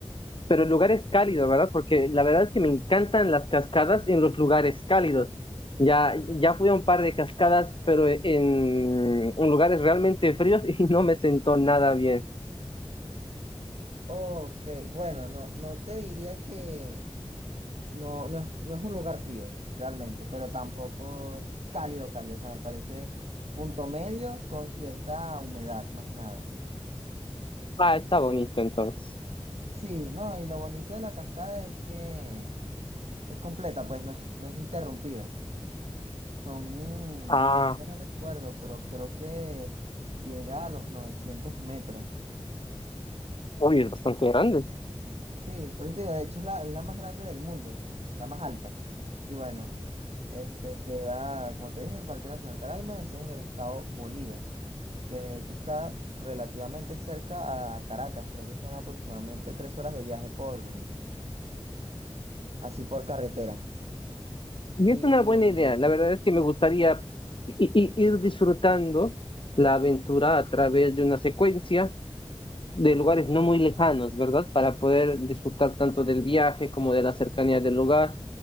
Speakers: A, on the left (about 50°); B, on the right (about 75°).
A: pero el lugar es cálido, ¿verdad? Porque la verdad es que me encantan las cascadas en los lugares cálidos. Ya, ya fui a un par de cascadas, pero e, en, en lugares realmente fríos <laughs> y no me sentó nada bien.
B: Ok, bueno, no, no te diría que No, no es, no es un lugar frío, realmente, pero tampoco es cálido, cálido, o sea, me parece punto medio con cierta humedad, más nada.
A: Ah, está
B: Por-
A: bonito entonces.
B: sí, no, y lo bonito de la cascada es que es completa, pues no es, no es interrumpida. Son,
A: Ah,
B: mm, ahorita no recuerdo, pero creo que llega a los 900 metros.
A: uy, es bastante grande.
B: Sí, por eso te digo, de hecho es la, es la más grande del mundo, la más alta. Y bueno, este queda, como te dije, en el Parque Nacional Caraima, ese es en el estado Bolívar. que de hecho está relativamente cerca a Caracas, creo que son aproximadamente tres horas de viaje por, así por carretera.
A: Y
B: Y
A: es una buena idea. La verdad es que me gustaría i- i- ir disfrutando la aventura a través de una secuencia de lugares no muy lejanos, ¿verdad? Para poder disfrutar tanto del viaje como de la cercanía del lugar